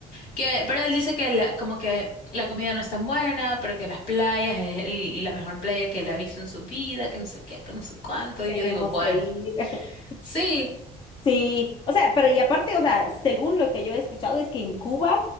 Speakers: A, on the left; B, on the left.
A: que, pero él dice que la- como que la comida no es tan buena, pero que las playas es el- la mejor playa que él ha visto en su vida, que no sé qué, que no sé cuánto, y
B: tenemos
A: yo digo, bueno,
B: que ir. <laughs>
A: sí,
B: Sí, o sea, pero y aparte, o sea, según lo que yo he escuchado es que en Cuba